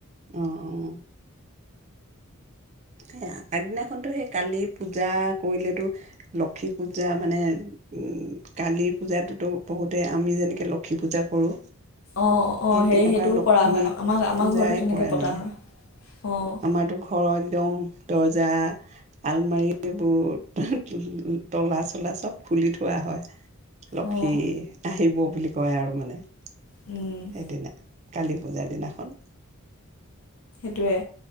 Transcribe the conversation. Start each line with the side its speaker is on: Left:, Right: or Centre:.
Right: অ অ সেই আগদিনাখনতো সেই কালি পূজা কৰিলেতো লক্ষী পূজা মানে উ কালি পূজাতটোতো বহুতে আমি যেনেকে লক্ষী পূজা কৰো
Left: অঁ অঁ
Right: তেনেকুৱা
Left: সেই সেইটোও
Right: লক্ষীক
Left: কৰা হয় আমাৰ আমাৰ
Right: পূজাই
Left: ঘৰতো তেনেকৈ
Right: কৰে
Left: পতা
Right: মানে
Left: হয় অঁ
Right: আমাৰতো ঘৰৰ একদম দৰ্জা আলমাৰী এইবোৰ তলা চলা চব খুলি থোৱা হয় লক্ষী
Left: অঁ
Right: আহিব বুলি কয় আৰু মানে সেইদিনা
Left: উম
Right: কালী পূজাৰ দিনাখন
Left: সেইটোয়ে